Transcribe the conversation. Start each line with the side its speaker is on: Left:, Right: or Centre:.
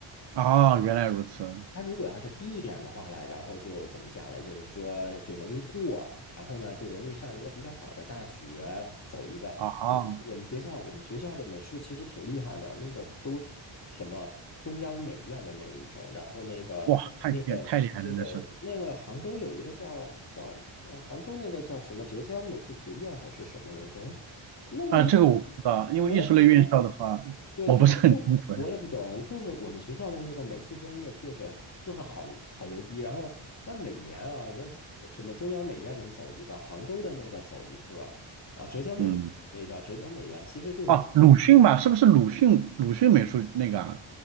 Right: 啊，原来如此。
Left: 它如果要是低一点的话呢，然后就怎么讲呢？就是说就容易过，然后呢就容易上一个比较好的大学，走一个。
Right: 啊，啊
Left: 嗯，我们学校我们学校的美术其实挺厉害的，那个都什么中央美院的那一种，然后那个那个那个那个杭州有一个叫叫呃杭州那个叫什么浙江美术学院还是什么来着？
Right: 哇，太厉太厉害了，那是。
Left: 那个也
Right: 啊，这个我不知道，因为艺术类院校的话，
Left: 我也不知对，
Right: 我不是很清楚呀。
Left: 他们不，我也不懂，就是我们学校的那个美术专业，就是就是好好牛逼。然后那每年啊，那什么中央美院能走一个，杭州的那个走一个，啊，浙江美那叫浙江美院，
Right: 嗯。
Left: 其实就是这，
Right: 哦，鲁迅吧，是不是鲁迅？鲁迅美术那个啊